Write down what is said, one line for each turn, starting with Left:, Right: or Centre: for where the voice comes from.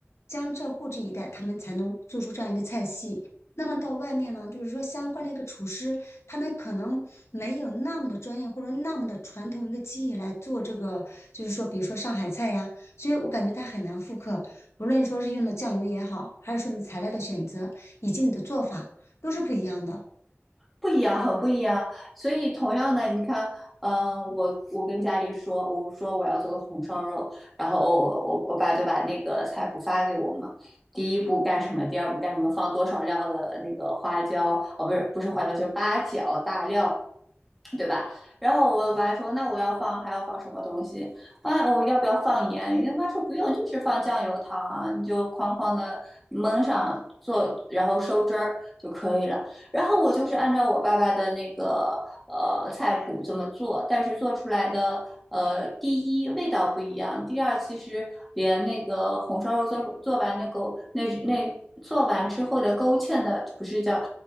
Left: 江浙沪这一带，他们才能做出这样一个菜系。那么到外面呢，就是说相关的一个厨师，他们可能没有那么的专业或者那么的传统一个技艺来做这个，就是说，比如说上海菜呀，所以我感觉他很难复刻。不论说是用的酱油也好，还是说你材料的选择以及你的做法，都是不一样的。
Centre: 不一样，很不一样。所以同样的，你看，嗯、我我跟家里说，我说我要做个红烧肉，然后我我我爸就把那个菜谱发给我嘛。第一步干什么，第二步干什么，放多少料的那个花椒，哦，不是不是花椒，就八角、大料，对吧？然后我爸说，那我要放还要放什么东西？啊，我要不要放盐？人家妈说不用，就是放酱油糖啊，你就哐哐的焖上做，然后收汁儿就可以了。然后我就是按照我爸爸的那个呃菜谱这么做，但是做出来的呃第一味道不一样，第二其实连那个红烧肉做做完那个那那做完之后的勾芡的不是叫